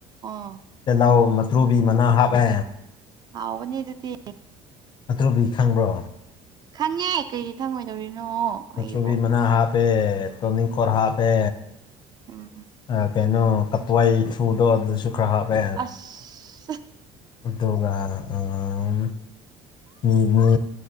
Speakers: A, on the right (about 30°); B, on the left (about 35°).
A: ꯑꯣ
B: ꯇꯤꯜꯂꯧ ꯃꯇ꯭ꯔꯨꯕꯤ ꯃꯅꯥ ꯍꯥꯞꯄꯦ
A: ꯍꯥꯎꯕꯅꯦ ꯑꯗꯨꯗꯤ
B: ꯃꯇ꯭ꯔꯨꯕꯤ ꯈꯪꯕ꯭ꯔꯣ
A: ꯈꯪꯉꯦ ꯀꯩꯒꯤ ꯈꯪꯉꯣꯏꯗꯧꯔꯤꯅꯣ
B: ꯃꯨꯇ꯭ꯔꯨꯕꯤ
A: ꯑꯩꯕꯣ
B: ꯃꯅꯥ ꯍꯥꯞꯄꯦ ꯇꯣꯅꯤꯡꯈꯣꯛ ꯍꯥꯞꯄꯦ
A: ꯎꯝ
B: ꯑ ꯀꯩꯅꯣ ꯀꯇ꯭ꯋꯥꯏ ꯊ꯭ꯔꯨꯗꯣ ꯑꯗꯨꯁꯨ ꯈꯔ ꯍꯥꯞꯄꯦ
A: ꯑꯁ
B: ꯑꯗꯨꯒ ꯑꯥ ꯃꯤꯃꯤ